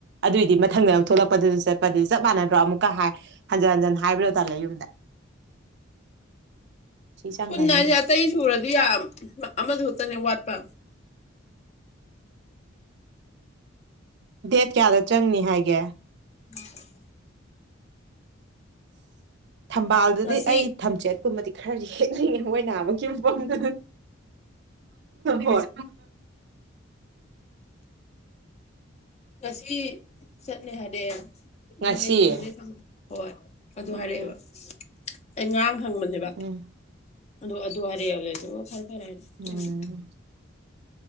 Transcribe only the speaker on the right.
ꯑꯗꯨꯑꯣꯏꯗꯤ ꯃꯊꯪꯗ ꯑꯃꯨꯛ ꯊꯣꯛꯂꯛꯄꯗꯖꯨ ꯆꯠꯄꯗꯤ ꯆꯞ ꯃꯥꯟꯅꯗ꯭ꯔꯣ ꯑꯃꯨꯛꯀ ꯍꯥꯏ ꯍꯟꯖꯟ ꯍꯟꯖꯟ ꯍꯥꯏꯕꯗꯣ ꯇꯜꯂꯦ ꯌꯨꯝꯗ <inaudible> ꯆꯪꯒꯅꯤ
ꯗꯦꯠ ꯀꯌꯥꯗ ꯆꯪꯅꯤ ꯍꯥꯏꯒꯦ
ꯊꯝꯕꯥꯜꯗꯗꯤ
ꯑꯩ ꯊꯝꯆꯦꯠ ꯀꯨꯝꯃꯗꯤ ꯈꯔꯗꯤ ꯍꯦꯅꯤꯡꯉꯦ ꯃꯣꯏ ꯅꯍꯥꯟꯃꯛꯀꯤ ꯃꯐꯝꯗꯨꯗꯤ ꯍꯣꯏ
ꯉꯁꯤ
ꯎꯝ
ꯎꯝ
ꯎꯝ